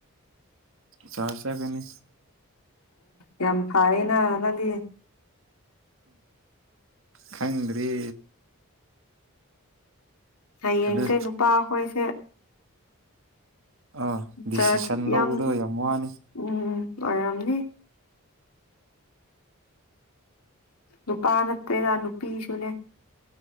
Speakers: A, on the right; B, on the left.
A: ꯆꯥꯁꯦ ꯀꯅꯤ
B: ꯌꯥꯝ ꯐꯥꯏꯅ ꯅꯪꯗꯤ
A: ꯈꯪꯗꯔꯤ
B: ꯍꯌꯦꯡꯁꯦ
A: ꯑꯗꯨ
B: ꯅꯨꯄꯥ ꯍꯣꯏꯁꯦ
A: ꯑꯥ ꯗꯤꯁꯤꯁꯟ
B: ꯆꯥꯔꯆ
A: ꯂꯧꯕꯗꯣ
B: ꯌꯥꯝ
A: ꯋꯥꯅꯤ
B: ꯎꯝ ꯑꯣꯏꯔꯝꯅꯤ ꯅꯨꯄꯥ ꯅꯠꯇ꯭ꯔꯦꯗ ꯅꯨꯄꯤꯁꯨꯅꯦ